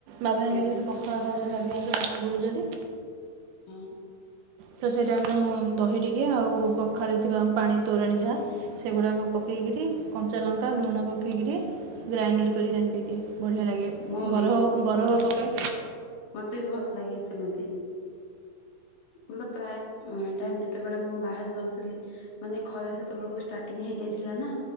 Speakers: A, on the right; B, on the left.
A: ବାବା ଭାଇ
B: ହଁ
A: ସେମିତି ପଖାଳ ଖାଉଛନ୍ତି ଅଧିକାଂଶ ବାହାରେ ବୁଲୁଛନ୍ତି।
B: ହଁ।
A: ତ ସେଇ ଟାଇମରେ ମୁଁ ଦହି ଟିକେ ଆଉ କଖାଳେ ଥିବା ପାଣି ତୋରାଣି ଯାହା ସେଗୁଡ଼ାକ ପକେଇକିରି କଞ୍ଚା ଲଙ୍କା ଲୁଣ ପକେଇକରି ଗ୍ରାଇଣ୍ଡର୍ କରି ତାକୁ ପି ଦିଏ ବଢ଼ିଆ ଲାଗେ।
B: ମୁଁ ବି
A: ବରଫ ହଉ ବରଫ ପକାଏ।
B: ମତେ ବି ଭଲ ଲାଗେ ସେମିତି। ମୁଁ ତ ପ୍ରାୟ ଟାଇମ ଯେତେବେଳେ ମୁଁ ବାହାରେ ରହୁଥିଲି। ମାନେ ଖରା ସେତେବେଳକୁ ଷ୍ଟାର୍ଟିଂ ହେଇଯାଇଥିଲା ନା